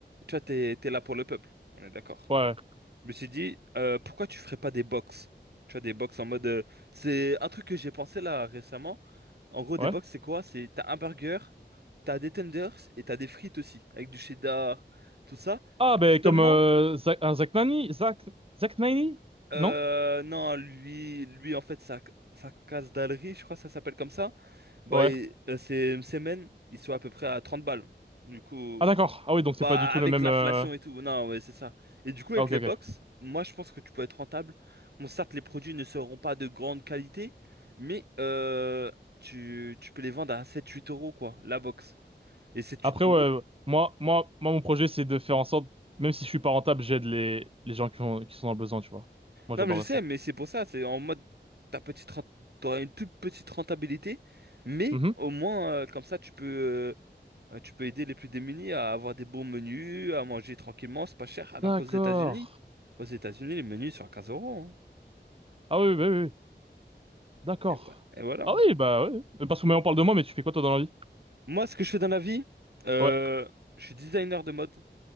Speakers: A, on the right; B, on the right.
A: Tu vois t'es t'es là pour le peuple on est d'accord.
B: Ouais,
A: Je me suis dit, euh, pourquoi tu ferais pas des box? Tu vois, des box en mode. euh, c'est un truc que j'ai pensé là récemment. En gros, des
B: ouais.
A: box, c'est quoi? C'est t'as un burger, t'as des tenders et t'as des frites aussi, avec du cheddar, tout ça.
B: Ah, ben, comme
A: Seulement,
B: euh, Zach, un Zach Nani? Zach, Zach Nani?
A: euh,
B: Non?
A: non, lui, lui en fait, sa, sa case d'alerie, je crois que ça s'appelle comme ça. Bah,
B: Ouais.
A: il- euh, c'est une semaine, ils sont à peu près à 30 balles. Du coup.
B: Ah, d'accord. Ah oui, donc c'est
A: Bah,
B: pas du tout
A: avec
B: le même...
A: l'inflation
B: euh,
A: et tout. Non, ouais, c'est ça. Et du coup, avec
B: Ah, ok,
A: les
B: ok.
A: box, moi, je pense que tu peux être rentable. Bon, certes, les produits ne seront pas de grande qualité, mais euh, tu, tu peux les vendre à sept huit euros, quoi, la box. Et sept huit
B: Après,
A: euros.
B: ouais, moi, moi, moi, mon projet, c'est de faire en sorte, même si je suis pas rentable, j'aide les, les gens qui ont, qui sont dans le besoin, tu vois. Moi,
A: Non,
B: j'adorerais
A: mais je sais,
B: ça.
A: mais c'est pour ça, c'est en mode, ta petite rent- t'auras une toute petite rentabilité, mais
B: Mhm.
A: au moins, euh, comme ça, tu peux, euh, tu peux aider les plus démunis à avoir des bons menus, à manger tranquillement, c'est pas cher. Alors
B: D'accord.
A: qu'aux États-Unis, aux États-Unis, les menus sont à 15 euros. hein.
B: Ah oui, oui, bah oui, oui. d'accord.
A: Et ouais, et voilà.
B: Ah oui, bah ouais. Mais Parce que mais on parle de moi, mais tu fais quoi toi dans la vie?
A: Moi, ce que je fais dans la vie, euh,
B: Ouais,
A: je suis designer de mode,